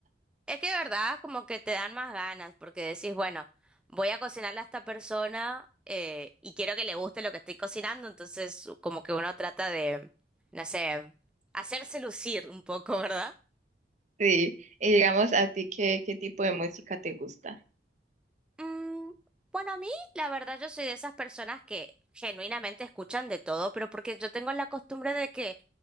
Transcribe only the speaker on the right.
Sí, y digamos, ¿a ti qué, qué tipo de música te gusta?